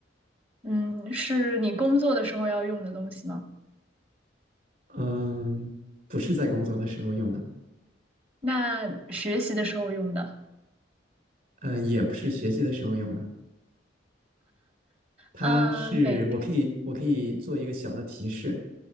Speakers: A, on the right (about 30°); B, on the right (about 50°).
A: 嗯，是你工作的时候要用的东西吗？
B: 嗯，不是在工作的时候用的，
A: 那学习的时候用的，
B: 嗯，也不是学习的时候用的。它是我可以我可以做一个小的提示，
A: 呃，每天，